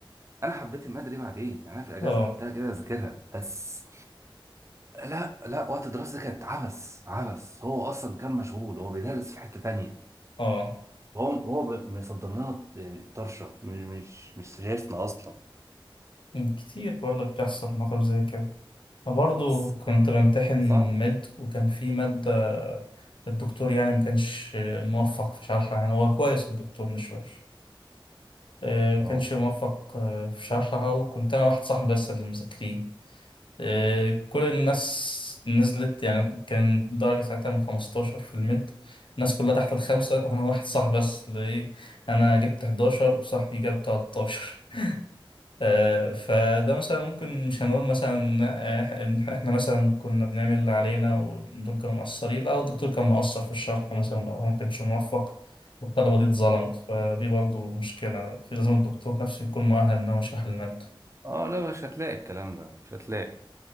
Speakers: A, on the right; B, on the left.
A: انا حبيت الماده دي بعدين يعني انا في الاجازه
B: اه
A: خدتها كده اذاكرها بس لا لا وقت الدراسه دي كانت عبث عبث هو اصلا كان مشغول هو بيدرس في حته تانية
B: اه
A: هو هو ب- مصدر لنا يعني طرشه مش مش مش شايفنا اصلا
B: مم، كتير بقول لك بتحصل مواقف زي كده برضه
A: بس
B: كنت بمتحن
A: صعب
B: مد وكان في مادة الدكتور يعني ما كانش موفق في شرحها يعني هو كويس الدكتور مش وحش آه، ما
A: اه
B: كانش موفق آه، في شرحها وكنت انا واحد صاحبي بس اللي مذاكرين آه، كل الناس نزلت يعني كان درجة ساعتها من 15 في الميد الناس كلها تحت الخمسة وأنا واحد صاحبي بس ليه أنا جبت 11 وصاحبي جاب 13 آه، فده مثلا ممكن مش هنقول مثلا آه، إن إحنا مثلا كنا بنعمل اللي علينا والدكتور كانوا مقصرين لا الدكتور كان مقصر في الشرح مثلا أو هو ما كانش موفق والطلبة دي اتظلمت فدي برضه مشكلة في لازم الدكتور نفسه يكون مؤهل إن هو يشرح المادة
A: اه لا مش هتلاقي الكلام ده مش هتلاقي